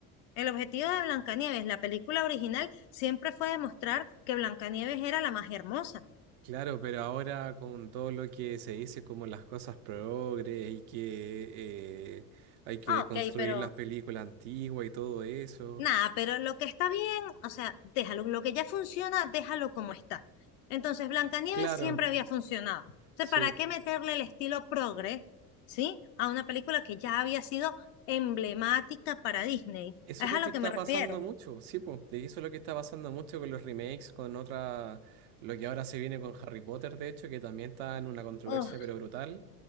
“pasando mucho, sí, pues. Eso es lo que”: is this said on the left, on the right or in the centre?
Right